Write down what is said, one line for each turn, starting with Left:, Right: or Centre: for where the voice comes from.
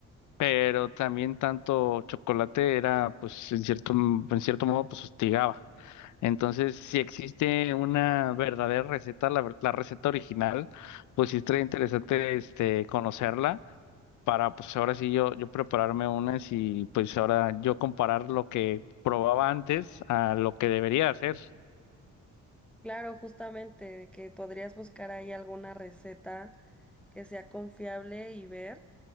Left: pero también tanto chocolate era, pues, en cierto, m- en cierto modo, pues, hostigaba. Entonces, si existe una verdadera receta, la, ver- la receta original, pues sí estaría interesante este, conocerla para, pues ahora sí yo, yo prepararme unas y pues ahora yo comparar lo que probaba antes a lo que debería hacer.
Centre: Claro, justamente, de que podrías buscar ahí alguna receta que sea confiable y ver.